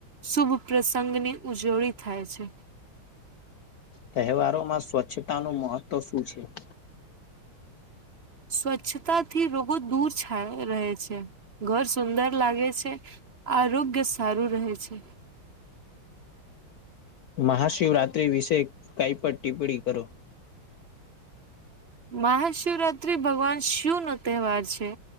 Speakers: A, on the right; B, on the left.
A: શુભ પ્રસંગની ઉજવણી થાય છે.
B: તહેવારોમાં સ્વચ્છતાનું મહત્ત્વ શું છે?
A: સ્વચ્છતાથી રોગો દૂર છા રહે છે, ઘર સુંદર લાગે છે. આરોગ્ય સારું રહેે છે.
B: મહાશિવરત્રી વિશે કઈ પણ ટિપ્પણી કરો
A: મહાશિવરાત્રી ભગવાન શિવનો તહેવાર છે.